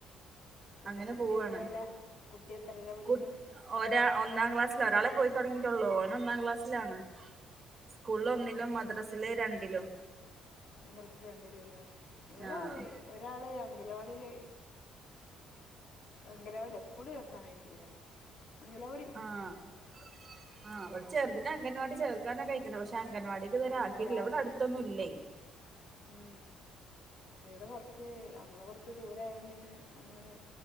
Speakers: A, on the left; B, on the right.
A: പിന്നെ
B: അങ്ങനെ
A: കുട്ടി
B: പോവാണ്
A: എത്രല്ല കുട്ടി എത്രല്ല പടിക്ക്ണ്
B: കു ഒരാ ഒന്നാം ക്ലാസ്സില ഒരാളെ പോയി തുടങ്ങിട്ടുള്ളൂ ഓന് ഒന്നാം ക്ലാസ്സിലാണ് സ്കൂളി ഒന്നിലും മദ്രാസില് രണ്ടിലും
A: മദ്രസയിൽ രണ്ടിലും അല്ലേ ഇവിടെ
B: ആഹ്
A: ഒരാള് അംഗലവാടില് അംഗനവാടിയ സ്കൂള് ചേർത്താനായിട്ടില്ല അംഗനവാടി
B: ആഹ് ആഹ് ഇവിടെ ചെറുതിന്നെ അംഗൻവാടി ചേർക്കാനൊകെ ആഴിക്ക്ണ് പക്ഷെ ന്നങ്ങൻവാടിക്ക് ഇത് വരെ
A: എന്നും
B: ആക്കിട്ടില്ല
A: രാവിലെ
B: ഇവിടട്ത്തൊന്നും ഇല്ലേ
A: അവിടെ ഉം ഇടെ കൊർച്ച് അന്ന് കൊർച്ച് ദൂരായോണ്ട് പിന്നെ അങ്ങനെ